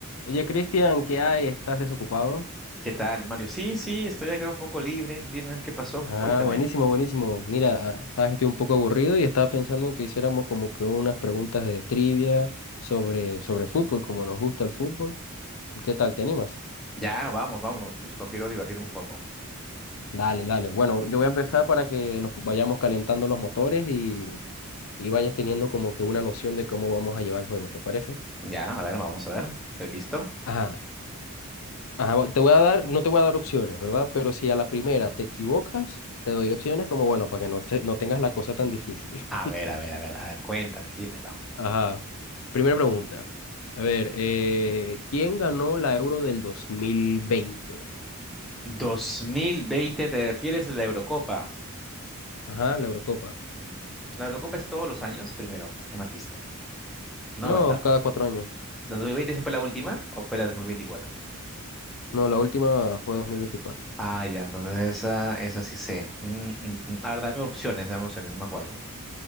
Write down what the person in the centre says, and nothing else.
¿Qué tal, Mario? Sí, sí, estoy acá un poco libre. Dime, ¿qué pasó?
Cuéntame.
Ya, vamos, vamos, justo quiero divertirme un poco.
Ya, a ver, vamos a ver. ¿Estoy listo?
A ver, a ver, a ver, a ver, cuéntame, dímelo.
2020, ¿te refieres a la Eurocopa?
Mm, ¿La Eurocopa es todos los años? Primero, una pista. No,
¿verdad?
¿La 2020 fue la última o fue la 2024?
Ah, ya, entonces esa, esa sí sé. Mm, mm, mm. A ver, dame opciones, dame opciones, no me acuerdo.